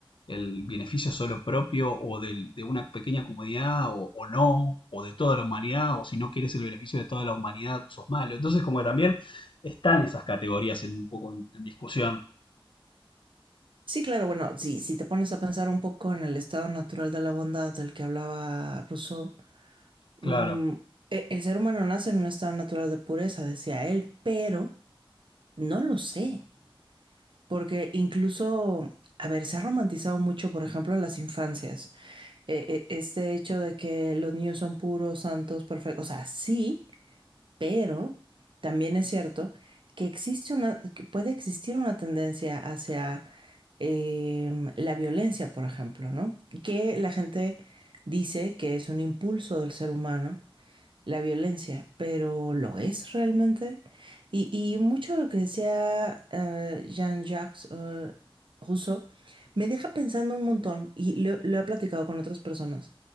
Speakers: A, on the left; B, on the right.
A: el beneficio solo propio o del- de una pequeña comunidad o, o no? ¿O de toda la humanidad? ¿O si no quieres el beneficio de toda la humanidad, sos malo? Entonces, como que también están esas categorías en, un poco en en discusión.
B: Sí, claro, bueno, sí, si te pones a pensar un poco en el estado natural de la bondad del que hablaba Rousseau,
A: Claro,
B: mm, e- el ser humano nace en un estado natural de pureza, decía él, pero no lo sé, porque incluso, a ver, se ha romantizado mucho, por ejemplo, las infancias, Eh, eh, este hecho de que los niños son puros, santos, perfectos, o sea, sí, pero también es cierto que existe una, que puede existir una tendencia hacia em, la violencia, por ejemplo, ¿no? Que la gente dice que es un impulso del ser humano, la violencia, pero ¿lo es realmente? Y, y mucho de lo que decía eh, Jean-Jacques eh, Rousseau me deja pensando un montón, y lo, lo he platicado con otras personas,